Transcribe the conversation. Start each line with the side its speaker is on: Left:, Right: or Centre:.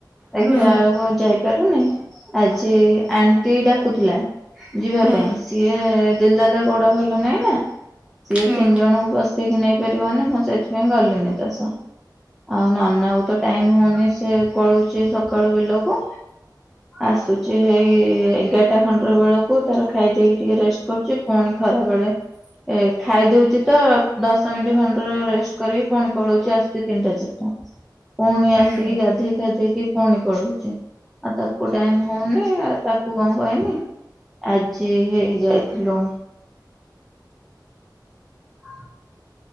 Centre: ଦେଖିଲା
Right: ହୁଁ
Centre: ବେଳକୁ ଯାଇପା ପାରୁନି ଆଜି ଆଣ୍ଟି ଡାକୁଥିଲା ଯିବା
Right: ହୁଁ
Centre: ପାଇଁ। ସିଏ ଦେଲା ତା ଗୋଡ ଭଲ ନହିଁ ନା। ସିଏ
Right: ହୁଁ
Centre: ତିନି ଜଣଙ୍କୁ ବସେଇକି ନେଇ ପାରିବନି ମୁଁ ସେଇଠୁ ପାଇଁ ଗଲିନି ତା ସହ ଆଉ ନନା କୁ ତ ଟାଇମ ହଉନି ସେ ପଳଉଛି ସ କାଳୁ ବିଲକୁ ଆସୁଛି ଏଇ ଏଗାରଟା। ଖଣ୍ଡ ବେଳକୁ ତାର ଖାଇଦେଇକି ଟିକେ ରେଷ୍ଟ କରୁଛି ପୁଣି ଖରା ବେଳେ ଏ ଖାଇଦଉଛି ତ ଦଶ ମିନିଟ ଖଣ୍ଡର ରେଷ୍ଟ କରିକି ପୁଣି ପଳଉଛି ଆସଛି ତିନିଟା ଚାରିଟା। ପୁଣି
Right: ହୁଁ।
Centre: ଆସିକି ଗାଧେଇ ଫାଧେଇକି ପୁଣି ପଳଉଛି। ଆଉ ତାକୁ ଟାଇମ ହଉନି ଆଉ ତାକୁ କଣ କହମି ଆଜି ହେଇଯାଇଥିଲୁ। ହଁ